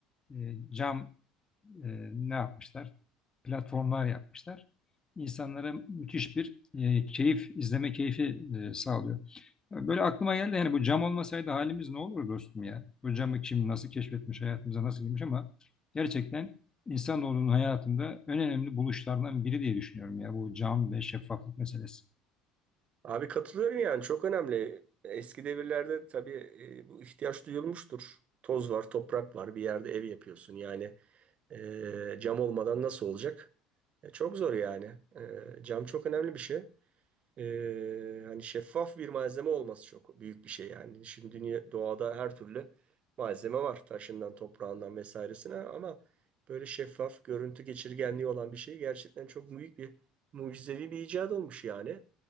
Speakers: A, on the left; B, on the right.
A: E, cam e, ne yapmışlar? Platformlar yapmışlar. İnsanlara müthiş bir e, keyif, izleme keyfi e, sağlıyor. Böyle aklıma geldi yani bu cam olmasaydı halimiz ne olur dostum ya? Bu camı kim nasıl keşfetmiş, hayatımıza nasıl girmiş ama gerçekten insanoğlunun hayatında en önemli buluşlardan biri diye düşünüyorum ya bu cam ve şeffaflık meselesi.
B: Abi katılıyorum yani çok önemli. Eski devirlerde tabii e, bu ihtiyaç duyulmuştur. Toz var, toprak var, bir yerde ev yapıyorsun. Yani e, cam olmadan nasıl olacak? E, çok zor yani. E, cam çok önemli bir şey. Ee, hani şeffaf bir malzeme olması çok büyük bir şey yani. Şimdi dünya, doğada her türlü malzeme var. Taşından, toprağından vesairesine ama böyle şeffaf, görüntü geçirgenliği olan bir şey gerçekten çok büyük bir mucizevi bir icat olmuş yani.